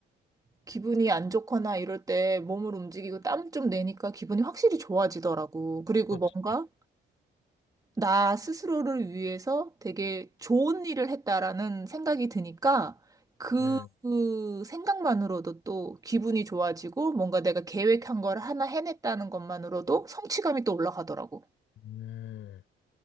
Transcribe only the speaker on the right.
기분이 안 좋거나 이럴 때 몸을 움직이고 땀 좀 내니까 기분이 확실히 좋아지더라고. 그리고
뭔가 나 스스로를 위해서 되게 좋은 일을 했다라는 생각이 드니까 그,
그 생각만으로도 또 기분이 좋아지고 뭔가 내가 계획한 걸 하나 해냈다는 것만으로도 성취감이 또 올라가더라고.